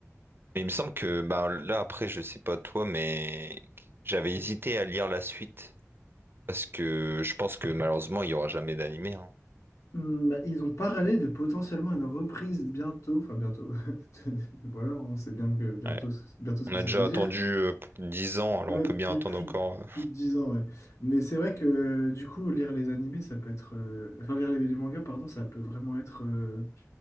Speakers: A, on the right; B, on the left.
A: Mais il me semble que, bah là, après, je sais pas toi, mais j'avais hésité à lire la suite. Parce que je pense que malheureusement, il y aura jamais d'animé. hein.
B: Hmm, bah, ils ont parlé de potentiellement une reprise bientôt, enfin bientôt, <laughs> voilà, on sait bien que bientôt,
A: Ouais.
B: bientôt ce
A: On
B: que
A: a
B: ça
A: déjà
B: veut dire.
A: attendu euh, 10 ans, alors
B: Ouais,
A: on peut
B: plus,
A: bien attendre
B: plus,
A: encore. euh.
B: plus de 10 ans, ouais. Mais c'est vrai que du coup, lire les animés, ça peut être. euh, Enfin, lire les, les mangas, pardon, ça peut vraiment être. euh,